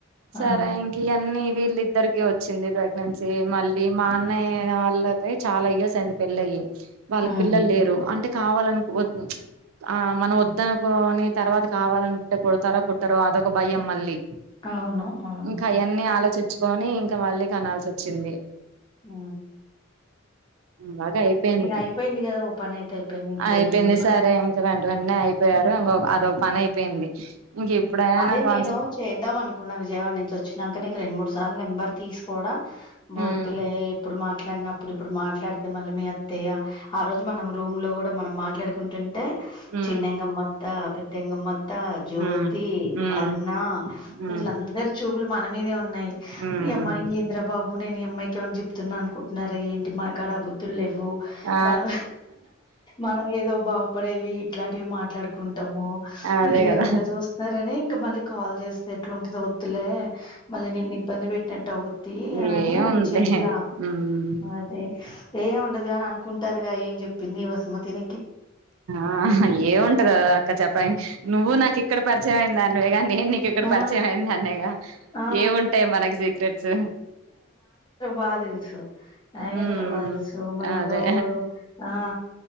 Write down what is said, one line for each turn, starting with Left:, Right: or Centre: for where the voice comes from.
Right: సరా
Left: ఆ!
Right: ఇంకి యన్నీవి మళ్ళీద్దరికి వచ్చింది ప్రెగ్నెన్సీ మళ్ళీ మా అన్నయ్య వాళ్ళదే చాలా ఇయర్స్ అయింది పెళ్ళై వాళ్ళక్
Left: హ్మ్.
Right: పిల్లల్ లేరు. అంటే కావాలన్ వద్ ఆ మనం వద్దనుకోని తర్వాత కావాలనుకుంటే పుడతారో పుట్టరో అదొక భయం మళ్ళీ
Left: అవును. అవును.
Right: ఇంకా అయన్నీ ఆలోచిచ్చుకోని ఇంకా మళ్ళీ కనాల్స్ వచ్చింది.
Left: మ్
Right: బాగా అయిపోయింది
Left: అయిపోయింది గదా! ఓ పనైతే అయిపోయింది. ఇంకేంది
Right: అయిపోయింది
Left: ఇంగిప్పుడు
Right: సరే ఇంకా వెంట వెంట బెన్న అయిపోయారు ఇంకొ అదొక పని అయిపోయింది ఇంక ఇప్పుడైనా
Left: అదే
Right: కాన్సన్
Left: నేను చేద్దాం అనుకున్నా విజయవాడ నుంచి వచ్చినాక నీకు రెండు మూడు సార్లు నెంబర్ తీసి కూడా వద్ధులే
Right: ఉమ్
Left: ఇప్పుడు మాట్లాడినప్పుడు ఇప్పుడు మాట్లాడితే మళ్ళీ మీ అత్తయ్య ఆ రోజు మనం రూమ్ లో కూడా మనం మాట్లాడుకుంటుంటే
Right: ఉమ్
Left: చిన్నంగమ్మత్త పెద్దంగమ్మత్త తా జోత్
Right: ఉమ్
Left: తి
Right: ఉమ్
Left: అరుణ
Right: ఉమ్
Left: వీళ్ళందరి చూపులు మన మీదే ఉన్నాయి
Right: ఉమ్
Left: ఈ అమ్మాయి ఎందిరా బాబు నేను ఈ అమ్మాయి కి ఏమని చెప్తున్నానుకుంటున్నారు ఏంటి మనకాడ బుద్ధులు లేవు
Right: ఆ
Left: మనం మనం ఏదో బావ ప్పుడేవి ఇట్లాంటివి మాట్లాడుకుంటాము
Right: అదే
Left: ఇల్లమో
Right: కదా
Left: ఇలా చూస్త సరని ఇంకా మళ్ళీ కాల్ చేస్తే ఎట్లుంటుది వద్దులే మళ్ళీ నిేన్న ఇబ్బంది పెట్టినట్టు అ తి అనే
Right: ఏముందిలే
Left: నేను చేయలా
Right: ఉమ్
Left: అదే ఏ ఉండదు గాని అనుకుంటారుగా ఏం చెప్పింది వసుమతిని
Right: ఆ ఏముంటదా అక్క చెప్పడానికి నువ్వు నాకు ఇక్కడ పరిచయం అయింది దానివే కానీ నేను నీకు ఇక్కడ
Left: ఆ
Right: పరిచయంఅయినద నెగఏముంటాయి
Left: ఆ
Right: మనకి సీక్రెట్స్
Left: బాదిల్సు
Right: ఉమ్
Left: ఇంద్ర బాదిల్సు మనకు
Right: అదే
Left: ఆ